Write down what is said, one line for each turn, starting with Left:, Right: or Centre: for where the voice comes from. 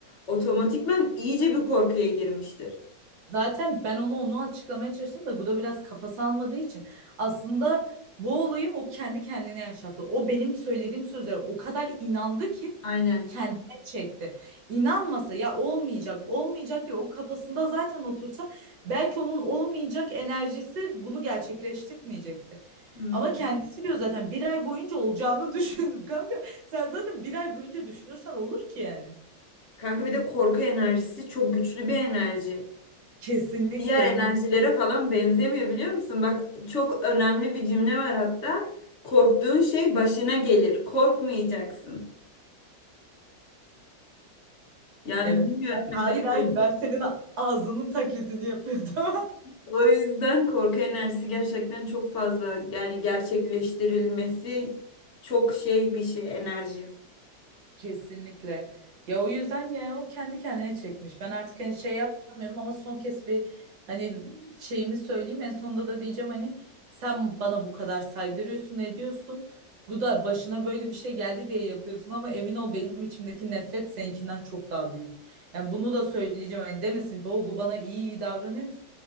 Left: otomatikman iyice bir korkuya girmiştir.
Right: Zaten ben onu onu açıklamaya çalıştım da Guda biraz kafası almadığı için aslında bu olayı o kendi kendine yaşattı. O benim söylediğim sözlere o kadar inandı ki
Left: Aynen.
Right: kendine çekti. İnanmasa ya olmayacak, olmayacak diye o kafasında zaten otursa belki onun olmayacak enerjisi bunu gerçekleştirmeyecekti.
Left: Hmm.
Right: Ama kendisi diyor zaten bir ay boyunca olacağını <laughs> düşündüm kanka. Sen zaten bir ay boyunca düşünürsen olur ki yani.
Left: Kanka bir de korku enerjisi çok güçlü bir enerji.
Right: Kesinlikle.
Left: Diğer enerjilere falan benzemiyor biliyor musun? Bak çok önemli bir cümle var hatta. Korktuğun şey başına gelir. Korkmayacaksın. Yani
Right: Evet.
Left: bilmiyorum o
Right: Hayır
Left: yüzden
Right: hayır
Left: korku
Right: ben senin a- ağzının taklidini yapıyordum.
Left: o yüzden korku enerjisi gerçekten çok fazla yani gerçekleştirilmesi çok şey bir şey enerji.
Right: <laughs> Kesinlikle. Ya o yüzden yani o kendi kendine çekmiş. Ben artık hani şey yapmıyorum ama son kez bir hani şeyimi söyleyeyim. En sonunda da diyeceğim hani sen bana bu kadar saydırıyorsun, ediyorsun. Bu da başına böyle bir şey geldi diye yapıyorsun ama emin ol benim içimdeki nefret seninkinden çok daha büyük. Yani bunu da söyleyeceğim hani demesin ki o bu bana iyi iyi davranıyor.